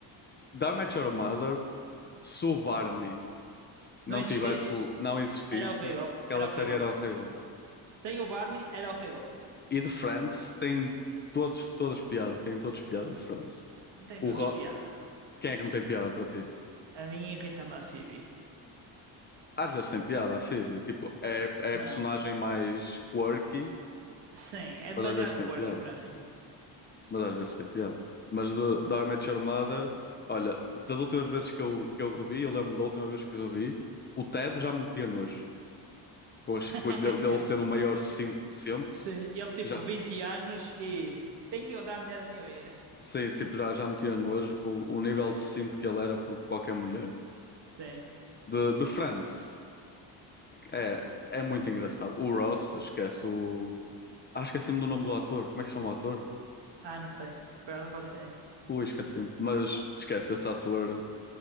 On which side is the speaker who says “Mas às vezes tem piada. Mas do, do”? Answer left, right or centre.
Left